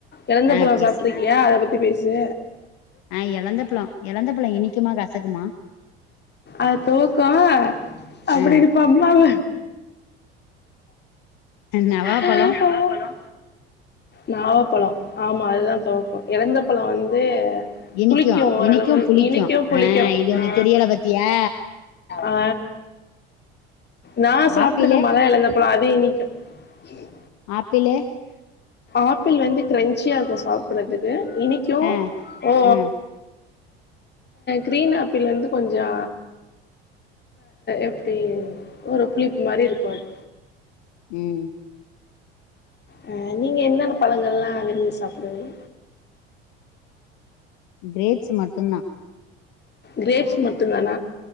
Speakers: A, on the left (about 35°); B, on the left (about 65°).
A: எழந்த
B: ஆ
A: பழம்
B: பேசு
A: சாப்பிட்டுருக்க ஏன் அத பத்தி பேசு
B: ஆ எலந்தப்பழோ எலந்தப்பழோ இனிக்குமா கசக்குமா
A: அதும் இருக்கும் அப்டி
B: ஆ
A: இருப்போ அம்மாவ
B: நவாப்பழோ
A: ஹ நாவப்பழம் ஆமா அதுதா துவக்கும் எழந்த பழம் வந்து
B: இனிக்கு
A: புளிக்கும் ஓரளவு
B: இனிக்கு புளிக்கு
A: இனிக்கும் புளிக்கும்
B: ஆ இது
A: ஆ
B: உனக்கு தெரியல பாத்தியா
A: ஆ நான் சாப்பிட்டுருக்கேன்
B: ஆப்பிளு
A: மழ எழந்த பழம் அதும் இனிக்கும் ம்
B: ஆப்பிளு
A: ஆப்பிள் வந்து கிரஞ்சியா இருக்கும் சாப்பிடறதுக்கு இனிக்கும்
B: ஆ
A: ஓ
B: ஆ
A: கிரீன் ஆப்பிள் வந்து கொஞ்சோ எப்படி ஒரு புளிப்பு மாதிரி இருக்கும் அது
B: ம்
A: ஆ நீங்க என்னென்ன பழங்கள்லாம் விரும்பி சாப்பிடுவீங்க
B: கிரேப்ஸ் மட்டும் தான்
A: கிரேப்ஸ் மட்டும் தான